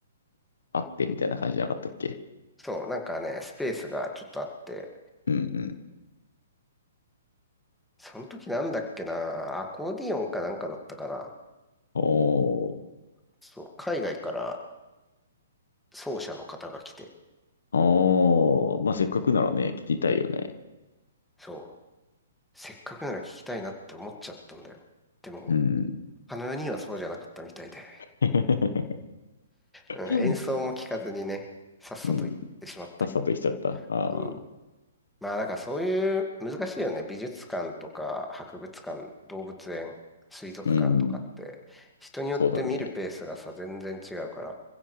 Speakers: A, on the left (about 70°); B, in the centre.
A: あってみたいな感じじゃなかったっけ
B: そう、なんかね、スペースがちょっとあって、
A: うんうん。
B: その時なんだっけな、アコーディオンかなんかだったかな。
A: おー、
B: そう、海外から奏者の方が来て、
A: おー、まあせっかくならね、聞きたいよね。
B: そう、せっかくなら聞きたいなって思っちゃったんだよ。でも、
A: うん。
B: あの4人はそうじゃなかったみたいで、
A: <laughs>
B: うん、
A: うん。
B: 演奏も聞かずにね、さっさと行ってしまったけど。
A: <laughs> さっさと行っちゃった。ああ、
B: うんまあだからそういう難しいよね。美術館とか博物館、動物園、水族館とかって人によって見るペースがさ全然違うから、
A: うん、そうだね。